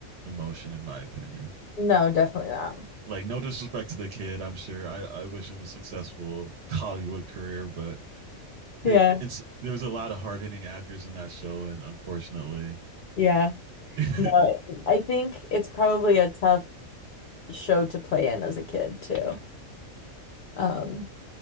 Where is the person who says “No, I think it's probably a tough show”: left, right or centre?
Left